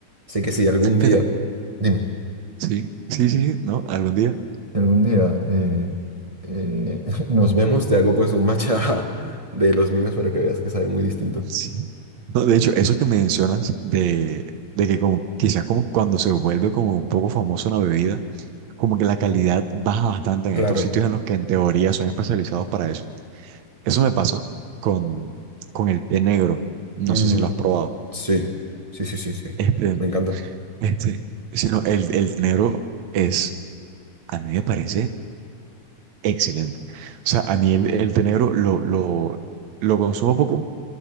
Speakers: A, on the right; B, on the right.
A: Así que si algún día,
B: Fíjate,
A: dime,
B: Sí, sí, sí, sí, ¿no? Algún día.
A: si algún día eh, eh, <laughs> nos vemos, te hago pues un matcha <laughs> de los míos para que veas que sabe muy distinto.
B: Sí. No, de hecho, eso que mencionas de, de que como quizás como cuando se vuelve como un poco famoso una bebida, como que la calidad baja bastante en
A: Claro.
B: estos sitios en los que en teoría son especializados para eso. Eso me pasa con, con el té negro. No
A: Mm,
B: sé si lo has probado.
A: sí, sí, sí, sí, sí.
B: Este,
A: Me encanta.
B: Este, sino el, el té negro es, a mí me parece excelente. O sea, a mí el, el té negro lo, lo, lo consumo poco